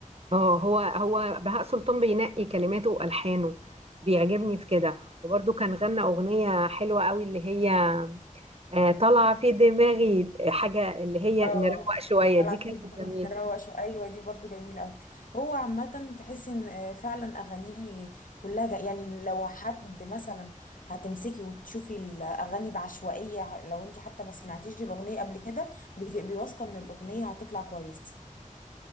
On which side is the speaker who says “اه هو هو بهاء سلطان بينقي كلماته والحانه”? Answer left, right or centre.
Right